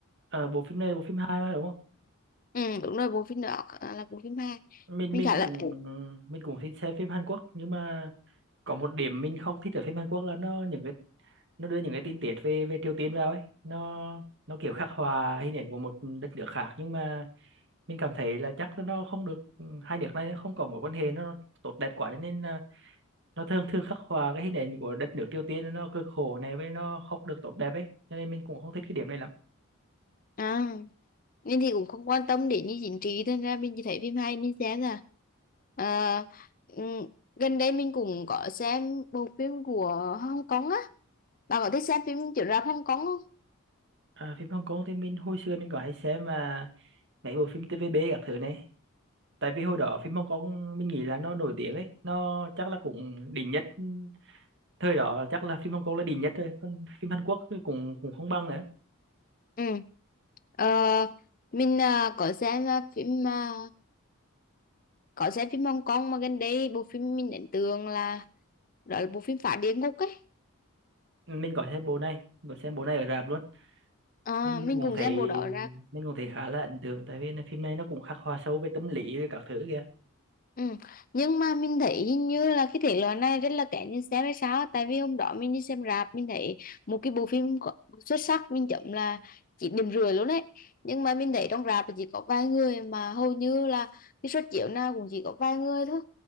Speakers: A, on the right (about 55°); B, on the left (about 40°).
A: à, bộ phim này là bộ phim hai mà đúng không
B: Ừ, đúng rồi, bộ phim đó là bộ phim hài.
A: mình
B: Mình
A: mình
B: khá
A: cũng
B: là
A: mình cũng thích xem phim Hàn Quốc nhưng mà có một điểm mình không thích ở phim Hàn Quốc là nó những cái nó đưa những cái tin tiết về về Triều Tiên vào ấy nó nó kiểu khắc họa hình ảnh của một đất nước khác nhưng mà mình cảm thấy là chắc là nó không được ừ, hai nước này không có mối quan hệ nó tốt đẹp quá cho nên là nó thường thường khắc họa cái hình ảnh của đất nước Triều Tiên nó cực khổ này với nó không được tốt đẹp ấy cho nên mình cũng không thích cái điểm này lắm
B: à, nên thì cũng không quan tâm đến như chính trị nên ra mình chỉ thấy phim hay mình xem là à, ừm, gần đây mình cũng có xem bộ phim của Hong Kong á bạn có thích xem phim chiếu rạp Hong Kong không
A: à, phim Hồng Kông thì mình hồi xưa mình có hay xem mà mấy bộ phim TVB các thứ này tại vì hồi đó phim Hồng Kông mình nghĩ là nó nổi tiếng ấy nó chắc là cũng đỉnh nhất ừ, thời đó chắc là phim Hồng Kông là đỉnh nhất rồi còn phim Hàn Quốc thì cũng cũng không bằng nữa
B: ừ Ờ, mình à, có xem à, phim à, có xem phim Hong Kong mà gần đây bộ phim mình ấn tượng là đó là bộ phim Phá Địa Ngục ấy
A: mình có xem bộ này mình có xem bộ này ở rạp luôn
B: Ờ,
A: mình mình
B: mình
A: cũng
B: cũng
A: thấy
B: xem bộ đó ra
A: mình cũng thấy khá là ấn tượng tại vì là phim này nó cũng khắc họa sâu về tâm lý rồi các thứ kìa
B: Ừ. Nhưng mà mình thấy hình như là cái thể loại này rất là kén nhìn xem hay sao tại vì hôm đó mình đi xem rạp mình thấy một cái bộ phim có- xuất sắc mình chấm là chỉ điểm rưỡi luôn đấy nhưng mà mình thấy trong rạp là chỉ có vài người mà hầu như là cái suất chiếu nào cũng chỉ có vài người thôi